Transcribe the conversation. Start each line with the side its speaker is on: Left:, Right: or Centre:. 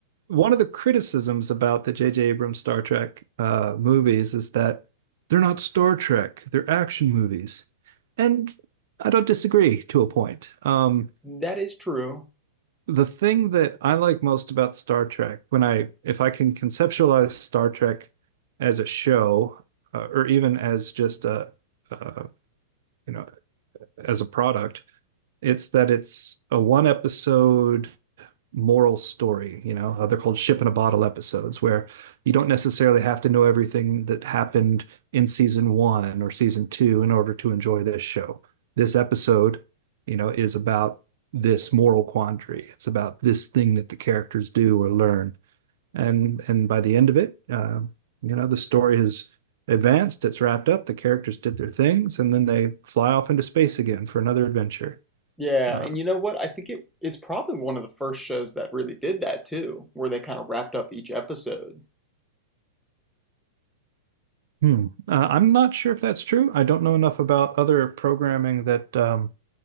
Right: one of the criticisms about the J.J. Abrams Star Trek uh, movies is that they're not Star Trek; they're action movies, and I don't disagree to a point. Um,
Centre: That is true.
Right: the thing that I like most about Star Trek, when I if I can conceptualize Star Trek as a show uh, or even as just a uh, you know as a product, it's that it's a one episode moral story. You know, Uh, they're called ship in a bottle episodes where you don't necessarily have to know everything that happened in season one or season two in order to enjoy this show. This episode, you know, is about this moral quandary. It's about this thing that the characters do or learn, and and by the end of it, uh, you know, the story has advanced. It's wrapped up. The characters did their things, and then they fly off into space again for another adventure.
Centre: Yeah.
Right: Uh,
Centre: And you know what? I think it, it's probably one of the first shows that really did that too, where they kind of wrapped up each episode.
Right: Hmm. Uh, I'm not sure if that's true. I don't know enough about other programming that um,